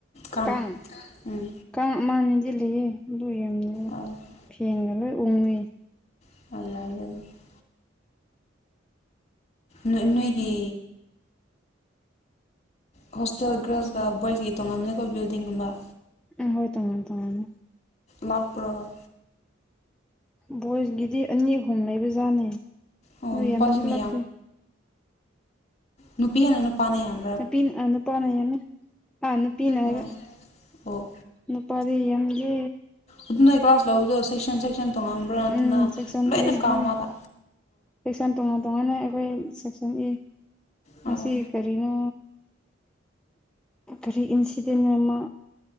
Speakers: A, on the left (about 35°); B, in the centre.
A: ꯀꯥꯡ
B: ꯀꯪ
A: ꯎꯝ
B: ꯀꯪ ꯑꯃꯅꯤꯗꯤ ꯂꯩꯌꯦ ꯑꯗꯨ ꯌꯦꯡꯉꯨꯕ
A: ꯑꯧ
B: ꯐꯦꯟꯒ ꯂꯣꯏ ꯎꯪꯉꯤ
A: <unintelligible> ꯅꯣꯏ ꯅꯣꯏꯒꯤ ꯍꯣꯁꯇꯦꯜ ꯒꯥꯔꯜꯁꯀ ꯕꯣꯏꯁꯀꯤ ꯇꯣꯡꯉꯥꯟꯕꯅꯤꯀꯣ ꯕꯤꯜꯗꯤꯡꯒꯨꯝꯕ
B: ꯎꯝ ꯍꯣꯏ ꯇꯣꯉꯥꯟ ꯇꯣꯉꯥꯟꯂꯦ
A: ꯂꯥꯞꯄ꯭ꯔꯣ
B: ꯕꯣꯏꯁꯀꯤꯗꯤ ꯑꯅꯤ ꯑꯍꯨꯝ ꯂꯩꯕꯖꯥꯠꯅꯦ
A: ꯑꯣ
B: ꯅꯣꯏ
A: ꯅꯨꯄꯥꯁꯤꯡꯅ
B: ꯌꯥꯝꯗꯤ ꯂꯥꯞꯇꯦ
A: ꯅꯨꯄꯤꯅ ꯍꯥꯟꯅ ꯅꯨꯄꯥꯅ ꯌꯥꯝ
B: ꯅꯨꯄꯤꯅ ꯑꯥ ꯅꯨꯄꯥꯅ ꯌꯥꯝꯃꯦ ꯑꯥ ꯅꯨꯄꯤꯅ ꯍꯥꯏꯕ
A: ꯑꯣ ꯑꯣ
B: ꯅꯨꯄꯥꯗꯤ ꯌꯥꯝꯗꯦ
A: ꯑꯗꯨ ꯅꯣꯏ ꯀ꯭ꯂꯥꯁ ꯂꯧꯕꯗꯣ ꯁꯦꯛꯁꯟ ꯁꯦꯛꯁꯟ ꯇꯣꯡꯉꯝꯕ꯭ꯔꯥ ꯅꯠꯇꯅ
B: ꯎꯝ ꯁꯦꯛꯁꯟ
A: ꯂꯣꯏꯅ
B: ꯑꯦ
A: ꯀꯥ
B: ꯕꯤ
A: ꯑꯃꯥꯗ
B: ꯁꯦꯛꯁꯟ ꯇꯣꯉꯥꯟ ꯇꯣꯉꯥꯟꯂꯦ ꯑꯩꯈꯣꯏ ꯁꯦꯛꯁꯟ ꯑꯦ ꯉꯁꯤ
A: ꯑꯣ
B: ꯀꯔꯤꯅꯣ ꯀꯔꯤ ꯏꯟꯁꯤꯗꯦꯟ ꯑꯃ